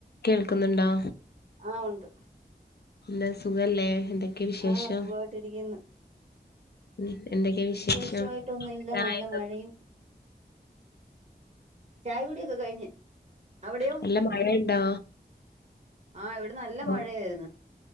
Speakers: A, on the left (about 65°); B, on the right (about 40°).
A: കേൾക്കുന്നുണ്ടോ
B: ആ ഉണ്ട്
A: പിന്നെ സുഖല്ലേ എന്തൊക്കെ വിശേഷം
B: ആഹ സുഖമായിട്ടിരിക്ക്ന്ന്
A: ഉം എന്തൊക്കെ
B: വിശേഷമായിട്ടൊന്നില്ല
A: വിശേഷം ചായൊക്കെ
B: നല്ല മഴയും ചായ കുടിയൊക്കെ കഴിഞ്ഞ് അവിടെയോ
A: നല്ല മഴയുണ്ടോ
B: ആ ഇവിടെ നല്ല
A: ഓ,
B: മഴയായിരുന്ന്